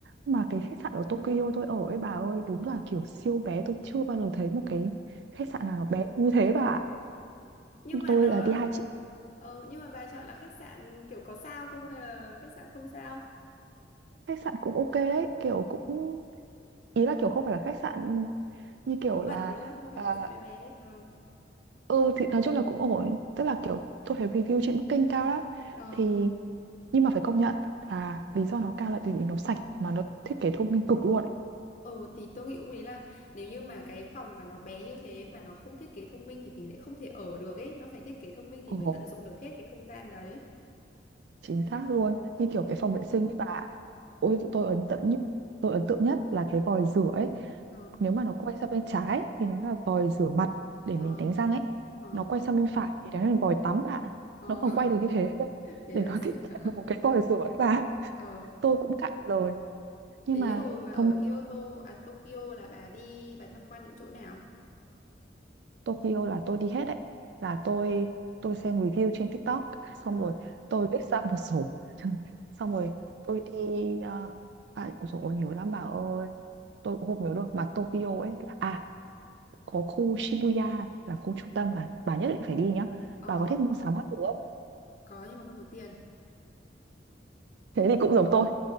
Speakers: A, on the right (about 65°); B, on the left (about 40°).
A: mà cái khách sạn ở Tokyo tôi ở ấy bà ơi đúng là kiểu siêu bé tôi chưa bao giờ thấy một cái khách sạn nào nó bé như thế bà ạ.
B: Nhưng mà
A: tôi
B: nó
A: là đi hai chị
B: Ờ, nhưng mà bà chọn là khách sạn kiểu có sao không hay là khách sạn không sao?
A: khách sạn cũng ok đấy kiểu cũng ý là kiểu không phải là khách sạn như
B: Vớ
A: kiểu
B: vẩn
A: là
B: đúng không? Không phải
A: à,
B: khách sạn bé bé. Ờ.
A: ừ thì nói chung là cũng ổn tức là kiểu tôi thấy review trên Booking kênh cao lắm
B: Ờ.
A: thì nhưng mà phải công nhận là lý do nó cao là tại vì nó sạch mà nó thiết kế thông minh cực luôn ấy.
B: Ờ thì tôi nghĩ cũng ý là nếu như mà cái phòng mà nó bé như thế mà nó không thiết kế thông minh thì mình sẽ không thể ở được ấy, nó phải thiết kế thông minh thì
A: Ồ.
B: mới tận dụng được hết cái không gian đấy.
A: chính xác luôn như
B: Ừ.
A: kiểu cái phòng vệ sinh ấy bà ôi tôi ấn tượng nhất tôi ấn tượng nhất là cái vòi rửa ấy
B: Ờ.
A: nếu mà nó quay sang bên trái thì nó là vòi rửa mặt để
B: Ờ.
A: mình đánh răng ấy
B: Ờ.
A: nó quay sang bên phải thì đấy là vòi tắm bạn
B: Ờ,
A: nó còn quay được như thế cơ
B: <laughs> thế
A: để
B: là
A: nó
B: xịn
A: <laughs> tiết kiệm
B: hả?
A: được một cái vòi rửa ấy bà
B: Ờ,
A: tôi cũng cạn lời nhưng
B: thế
A: mà
B: hồi mà ở
A: thông
B: Kyoto, à Tokyo là bà đi, bà tham quan những chỗ nào?
A: Tokyo là tôi đi hết đấy là tôi tôi xem review trên TikTok xong
B: Ờ,
A: rồi tôi list ra một số <laughs> xong rồi tôi đi uh, à, ôi dồi ôi, nhiều lắm bà ơi tôi cũng không nhớ được mà Tokyo ấy là- à có khu Shibuya là khu trung tâm là bà nhất định phải đi nhá
B: ờ,
A: bà có thích mua sắm các thứ không
B: có nhưng mà không có tiền.
A: thế thì cũng giống tôi